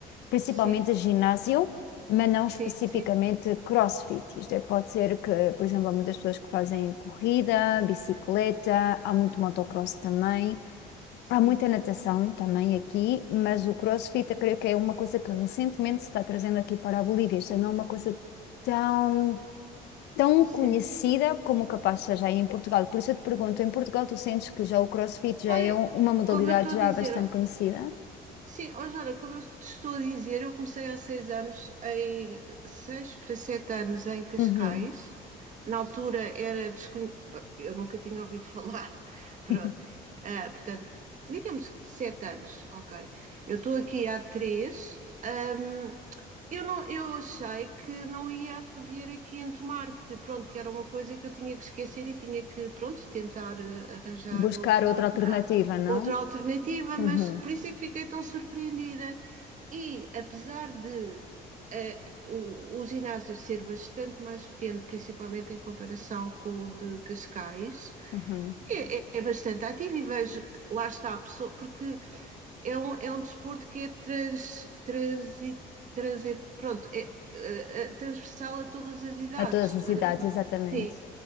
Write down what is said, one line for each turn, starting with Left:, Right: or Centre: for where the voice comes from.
Left: principalmente
Right: sim,
Left: ginásio, mas não
Right: sim,
Left: especificamente
Right: sim,
Left: CrossFit. Isto é, pode ser que, por exemplo, há muitas pessoas que fazem corrida, bicicleta, há muito motocross também,
Right: sim,
Left: há muita natação também aqui, mas o CrossFit eu creio que é uma coisa que recentemente se está trazendo aqui para a Bolívia. Isto não é uma coisa tão, tão
Right: sim.
Left: conhecida como capaz seja aí em Portugal. Por isso eu te pergunto, em Portugal tu sentes que já o CrossFit já
Right: Olha,
Left: é um- uma modalidade
Right: como eu estou a
Left: já
Right: dizer
Left: bastante conhecida?
Right: Sim, ó Joana, como eu te estou a dizer, eu comecei há seis anos, em seis para sete anos em Cascais.
Left: Uhum.
Right: Na altura era desconhecido, eu nunca tinha ouvido falar, <laughs> pronto.
Left: <laughs>
Right: Ah, portanto, digamos que sete anos, ok. Eu estou aqui há três. Ahm, eu não, eu achei que não ia haver aqui em Tomar, que pronto, que era uma coisa que eu tinha que esquecer e tinha que, pronto, tentar eh, arranjar
Left: Buscar
Right: outro
Left: outra alternativa, não?
Right: outra alternativa,
Left: Uhum,
Right: mas por isso é que fiquei tão surpreendida. E apesar de eh, o, o ginásio ser bastante mais pequeno, principalmente em comparação com o de Cascais,
Left: uhum.
Right: é, é- é bastante ativo e vejo, lá está a pessoa, porque é um, é um desporto que é trans, transi, trans pronto, é, eh, eh, transversal a todas as idades.
Left: A todas as idades, exatamente.
Right: Sim.